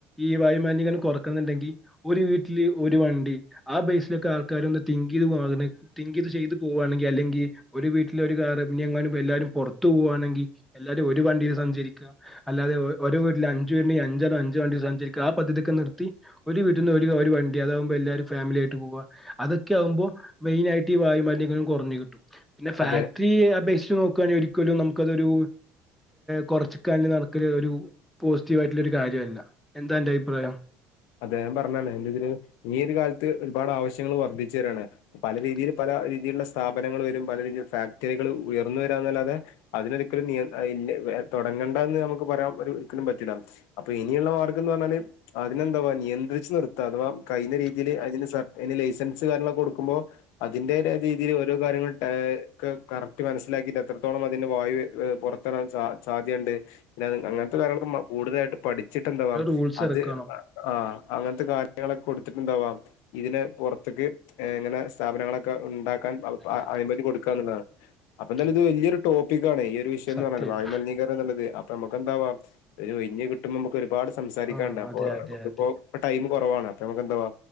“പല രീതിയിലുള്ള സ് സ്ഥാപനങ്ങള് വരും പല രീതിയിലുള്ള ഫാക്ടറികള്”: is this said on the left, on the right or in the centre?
Left